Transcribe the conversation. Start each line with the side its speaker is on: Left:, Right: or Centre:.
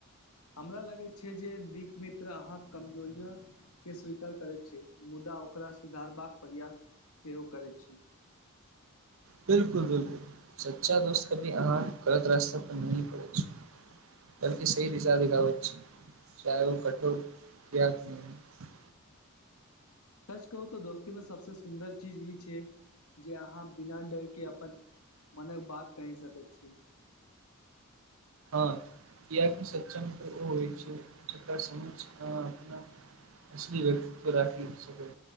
Left: हमरा लगैत छै जे दिक मित्र अहाँक कमजोरिय के स्वीकार करैत छै, मुदा ओकरा सुधारबाक प्रयास सेहो करैत छै।
Right: बिलकुल बिलकुल सच्चा दोस्त कभी अहाँ गलत रास्ता पर नहं पड़ै छै बल्कि सही दिशा दगावैत छै चाहे ओ कठोर क नहि हो।
Left: सच कहू तऽ दोस्ती मे सबस सुन्दर चीज ई छै जे अहाँ बिना डरके अपन मने बात कहि सक छी।
Right: क सच्च होइ छैक सम अपना असल व्यक्तित्व रखीक छै